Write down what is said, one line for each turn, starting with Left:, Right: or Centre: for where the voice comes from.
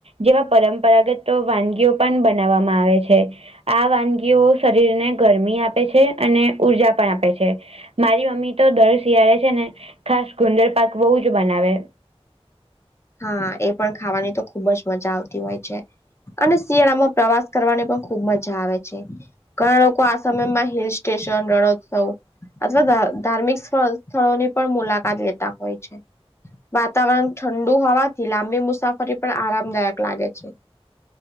Right: જેવા પરંપરાગત વાનગીઓ પણ બનાવવામાં આવે છે. આ વાનગીઓ શરીર ને ગરમી આપે છે અને ઊર્જા પણ આપે છે. મારી મમ્મી તો દર શિયાળે છે ને ખાસ ગુંદર પાક બહુ જ બનાવે.
Left: હા એ પણ ખાવાની તો ખુબ જ મજા આવતી હોય છે. અને શિયાળામાં પ્રવાસ કરવાની પણ ખુબ મજા આવે છે. ઘણા લોકો આ સમયમાં હિલ સ્ટેશન રણોત્સવ અથવા ધા ધાર્મિક સ્થળોની પણ મુલાકાત લેતા હોય છે. વાતાવરણ ઠંડુ હોવાથી લાંબી મુસાફરી પણ આરામદાયક લાગે છે.